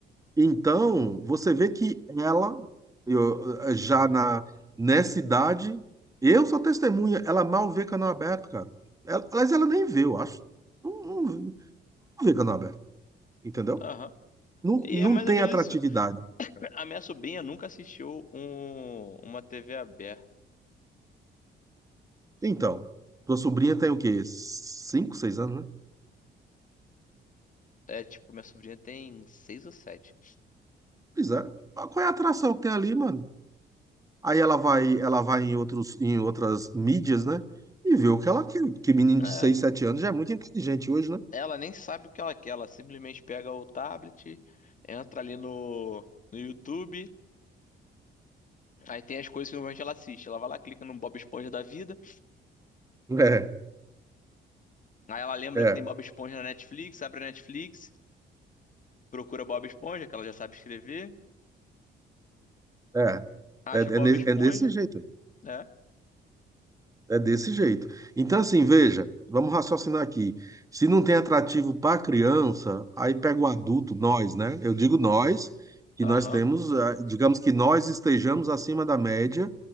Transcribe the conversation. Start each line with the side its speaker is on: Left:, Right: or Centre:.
Right: Então, você vê que ela, eu, eh, já na, nessa idade, eu sou testemunha, ela mal vê canal aberto, cara. Ela, aliás, ela nem vê, eu acho. Não, não, não vê canal aberto, entendeu?
Left: Aham.
Right: Não,
Left: E
Right: não
Left: é mais
Right: tem
Left: ou menos
Right: atratividade.
Left: isso. A minha sobrinha nunca assistiu um, uma TV aberta.
Right: Então, tua sobrinha tem o quê? Cinco, seis anos, né?
Left: É tipo, minha sobrinha tem seis ou sete.
Right: Pois é. Mas Qual é a atração que tem ali, mano? Aí ela vai, ela vai em outros, em outras mídias, né? E vê o que ela quer. Porque menino
Left: É.
Right: de seis, sete anos já é muito inteligente hoje, né?
Left: Ela nem sabe o que ela quer. Ela simplesmente pega o tablet, entra ali no, no YouTube. Aí tem as coisas que normalmente ela assiste. Ela vai lá, clica no Bob Esponja da vida.
Right: <laughs>
Left: Aí ela lembra
Right: É, é.
Left: que tem Bob Esponja na Netflix, abre a Netflix, procura Bob Esponja, que ela já sabe escrever.
Right: É,
Left: Acha
Right: é, é,
Left: o Bob
Right: ne-
Left: Esponja.
Right: é desse jeito,
Left: É.
Right: é desse jeito. Então, assim, veja, vamos raciocinar aqui. Se não tem atrativo para criança, aí pega o adulto, nós, né? Eu digo nós, que
Left: Aham.
Right: nós temos, ah, digamos que nós estejamos acima da média,